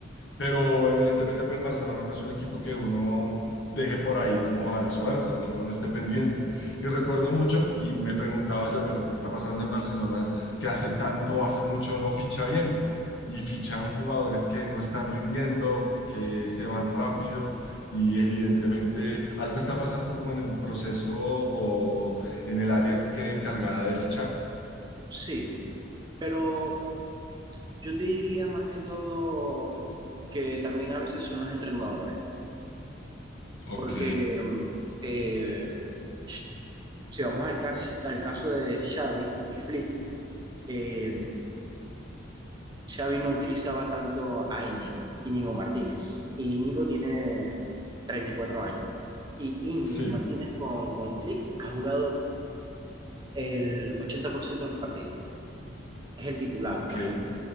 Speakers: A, on the left; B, on the right.
A: Pero evidentemente, pues Barcelona no es un equipo que uno deje por ahí como a la suerte o que uno no esté pendiente. Y recuerdo mucho y me preguntaba yo, pero ¿qué está pasando en Barcelona que hace tanto, hace mucho no ficha bien? Y fichan jugadores que no están rindiendo, que se van rápido y evidentemente algo está pasando como en el proceso o en el área que encargada de fichar.
B: Sí, pero yo te diría más que todo que también a veces son los entrenadores,
A: Ok.
B: porque mm, eh, sh- si vamos al, casi- al caso de Xavi y Flick, eh, Xavi no utilizaba tanto a Íñigo, Íñigo Martínez. Y Íñigo tiene 34 años. Y Íñigo
A: Sí,
B: Martínez con, con Flick ha jugado el 80% de los partidos. Es el titular,
A: ok.
B: pues.